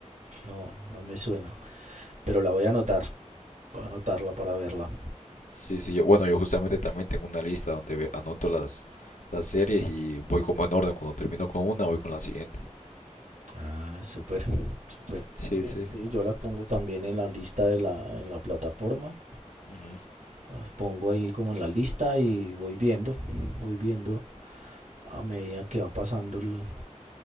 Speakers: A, on the right (about 70°); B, on the left (about 80°).
A: No, no me suena. Pero la voy a anotar. Voy a anotarla para verla.
B: Sí, sí, yo- bueno, yo justamente también tengo una lista donde ve- anoto las, las series y voy como en orden. Cuando termino con una, voy con la siguiente.
A: Ah, súper, súper.
B: Sí,
A: Sí,
B: sí.
A: sí, yo la pongo también en la lista de la, en la plataforma.
B: Ujú.
A: Las pongo ahí como en la lista y voy viendo, voy viendo a medida que va pasando el,